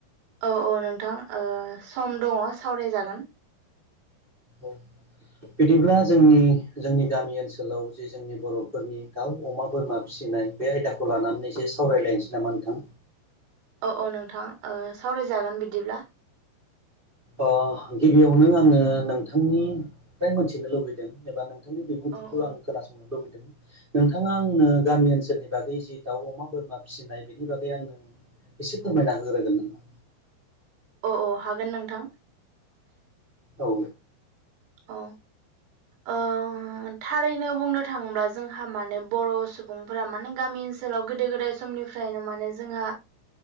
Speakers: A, on the right; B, on the right.
A: औ औ नोंथां ओ सम दङ सावरायजागोन।
B: औ। बिदिब्ला जोंनि जोंनि गामि ओनसोलाव जे जोंनि बर'फोरनि दाव अमा बोरमा फिसि नाय बे आयदाखौ लानानै एसे सावरायलायनोसै नामा नोंथां?
A: औ औ नोंथां सावरायजागोन बिदिब्ला।
B: अ गिबियावनो आङो नोंथांनिफ्राय मोनथिनो लुबैदों एबा नोंथां। बिथांनि बिबुंथिखौ
A: औ औ
B: आं खोनासंनो लुबैद नोंथाङा आंनो गामि ओनसोलनि बागै जि दाउ अमा बोरमा फिसिनाय बेनि बागै आंनो एसे फोरमायना होग्रोगोन नामा??
A: अ औ हागोन नोंथां।
B: औ।
A: औ। ओ थारैनो बुंनो थाङोब्ला जोंहा माने बर' सुबुंफोरा माने गामि ओनस ओनसोलाव गोदो गोदाय समनिफ्रायनो माने जोंहा